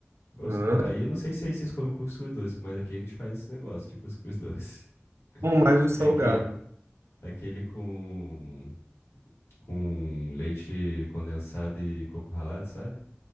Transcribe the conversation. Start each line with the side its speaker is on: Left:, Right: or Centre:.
Left: Gosto
Right: ah.
Left: do cuscuz. Aí
Right: é
Left: eu não sei se aí vocês comem cuscuz doce, mas aqui a gente faz esse negócio de cuscuz doce.
Right: Bom,
Left: <laughs>
Right: mais o salgado.
Left: Que é aquele, aquele com, com leite condensado e coco ralado, sabe?